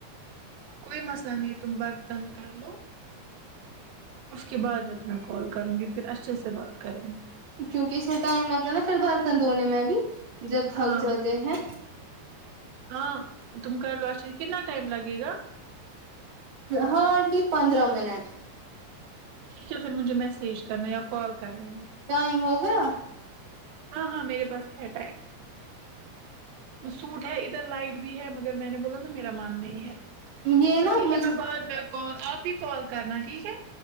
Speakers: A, on the right; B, on the right.
A: کوئی مسئلہ نہیں تم برتن کر لو اس کے بعد میں تمہیں کال کروں گی پھر اچھے سے بات کریں گے
B: کیونکہ اس میں ٹائم لگتا ہے نا پھر برتن دھونے میں بھی جب تھک
A: ہاں
B: جاتے ہیں
A: ہاں تم کر لو اچھا کتنا ٹائم لگے گا
B: ہارڈلی پندرہ منٹ
A: ٹھیک ہے پھر مجھے میسیج کرنا یا کال کر لینا
B: ٹائم ہو گیا
A: ہاں ہاں میرے پاس ہے ٹائم وہ سوٹ ہے ادھر لائٹ بھی ہے مگر میں نے بولا نا میرا من نہیں ہے
B: یہ
A: اچھا
B: نا
A: ٹھیک
B: مجھے
A: ہے میں بعد میں کال آپ ہی کال کرنا ٹھیک ہے